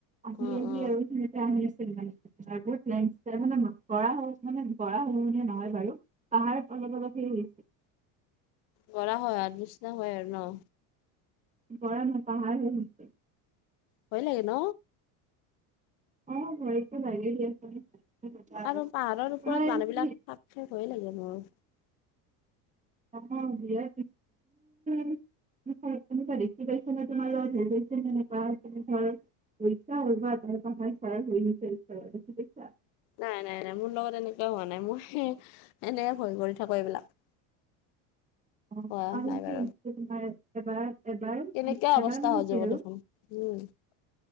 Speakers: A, on the right; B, on the left.
A: আহি
B: অ',
A: আহি
B: অ',
A: আৰু হি তে আহি আছিল গাড়ীটো আৰু বহুত <inaudible> মানে গৰাখহনীয়া নহয় বাৰু। তাৰ অলপ - অলপ সেই
B: কৰা হয় আধ নিচিনা হয় আৰু ন।
A: বৰা নহয় পাহাৰ হে হৈছে।
B: ভয় লাগে ন?
A: অ ভয়টো লাগে দিয়াচোন। তোমাৰ
B: আৰু পাহাৰৰ ওপৰত মানুহবিলাক
A: তুমি
B: থাক থেক ভয়ে লাগে মোৰ।
A: অ দিয়া <unintelligible> <unintelligible> হৈছা <unintelligible> উল বা আহ পাহ শাত হৈ দেছ
B: নাই নাই নাই, মোৰ লগত এনেকুৱা হোৱা নাই, মই এনেকে ভয় কৰি থাকো এইবিলাক।
A: অ
B: হোৱা
A: আৰু
B: নাই
A: নিশ্চয়
B: বাৰু
A: তোমাৰ এবাৰ এবাৰ
B: তেনেকুৱা অৱস্থা
A: এবাৰ মানে
B: হৈ যাব
A: খেলো।
B: দেখোন উম।